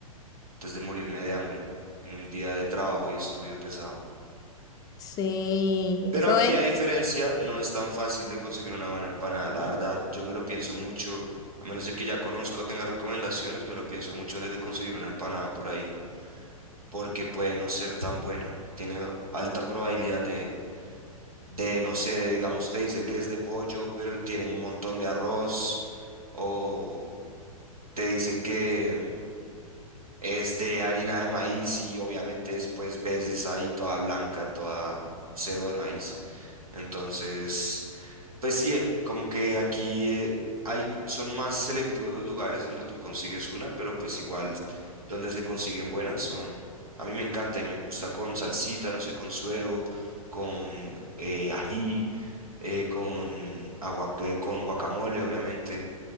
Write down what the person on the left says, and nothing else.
Sí,
eso
es.